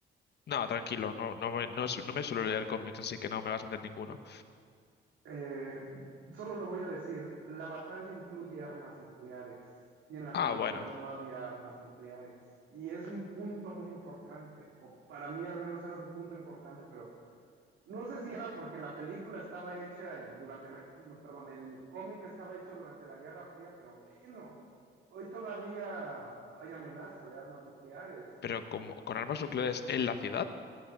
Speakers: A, on the left (about 60°); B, on the right (about 75°).
A: No, tranquilo, no, no me, no, su- no me suelo leer cómics, así que no me vas a hacer ninguno.
B: eh, solo lo voy a decir, la batalla incluye armas nucleares y en la
A: Ah,
B: película
A: bueno.
B: no había armas nucleares. Y es un punto muy importante, o para mí al menos era un punto importante, pero... No sé si era porque la película estaba hecha eh, durante la, no, perdón, el cómic estaba hecho durante la Guerra Fría, pero bueno, hoy todavía hay amenaza de armas nucleares y
A: Pero como, con armas nucleares en la ciudad,